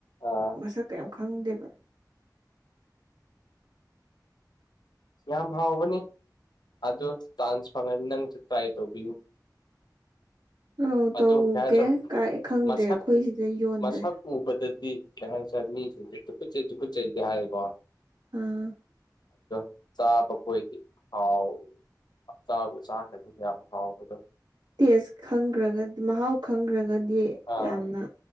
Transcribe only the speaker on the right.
ꯃꯁꯛ ꯀꯩꯝ ꯈꯪꯗꯦꯕ
ꯑꯧ ꯇꯧꯒꯦ
ꯀꯥꯏ ꯈꯪꯗꯦ
ꯑꯩꯈꯣꯏ ꯁꯤꯗ ꯌꯣꯟꯗꯦ
ꯎꯝ
ꯇꯦꯁ ꯈꯪꯒꯔꯒ ꯗꯤ ꯃꯍꯥꯎ ꯈꯪꯈ꯭ꯔꯒꯗꯤ
ꯌꯥꯝꯅ